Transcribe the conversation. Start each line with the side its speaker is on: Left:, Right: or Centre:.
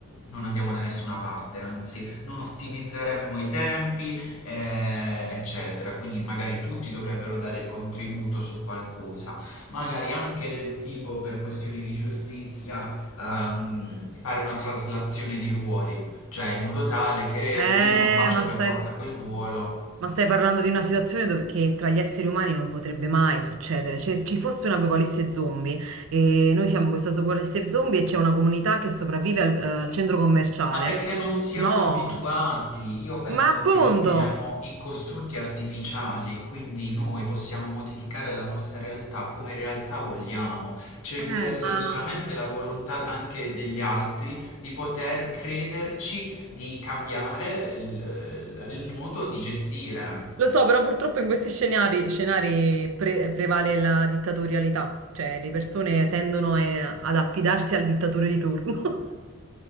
Left: non andiamo da nessuna parte, anzi non ottimizzeremmo i tempi, eh, eccetera. Quindi magari tutti dovrebbero dare il contributo su qualcosa magari anche del tipo per questioni di giustizia, ehm, fare una traslazione di ruoli, cioè in modo tale che io
Right: eh,
Left: non faccio
Right: ma
Left: per
Right: stai,
Left: forza quel ruolo.
Right: ma stai parlando di una situazione dove, che tra gli esseri umani non potrebbe mai succedere. Se ci fosse un'apocalisse zombie e noi siamo in questa apocalisse zombie e c'è una comunità che sopravvive al eh, al centro commerciale.
Left: Ma perché non siamo
Right: No,
Left: abituati? Io penso
Right: ma appunto,
Left: che noi viviamo in costrutti artificiali, quindi noi possiamo modificare la nostra realtà come realtà vogliamo. Ci
Right: eh,
Left: deve essere
Right: ma
Left: solamente la volontà anche degli altri di poter crederci, di cambiare il, il modo di gestire.
Right: Lo so, però purtroppo in questi scenari, scenari pre- prevale la dittatorialità, cioè le persone tendono eh, ad affidarsi al dittatore di turno. <laughs>